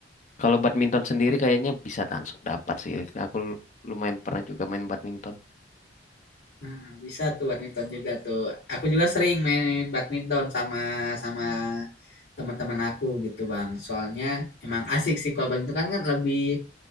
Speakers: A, on the left; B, on the left.
A: Kalau badminton sendiri kayaknya bisa langsung dapat sih. Aku lu- lumayan pernah juga main badminton.
B: Nah bisa tuh badminton juga tuh. Aku juga sering main badminton sama sama teman-teman aku gitu bang. Soalnya emang asik sih kalau badminton kan, kan lebih